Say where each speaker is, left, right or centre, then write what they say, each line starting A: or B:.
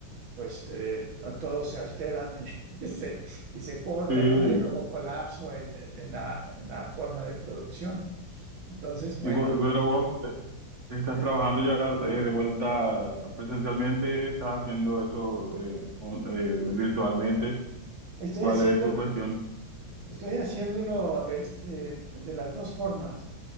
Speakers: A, on the right; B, on the right.
A: pues eh, to- todos se alteran y, <laughs> se, y se corta,
B: Sí,
A: ¿no? Hay Sí. como colapso en, en la, en la forma de producción. Entonces,
B: y
A: bueno,
B: vo- pero vos eh, estás trabajando ya eh, de vuelta presencialmente, estás haciendo eso eh, on- eh, virtualmente.
A: estoy
B: ¿Cuál
A: haciendo,
B: es tu cuestión?
A: estoy haciéndolo este, de las dos formas.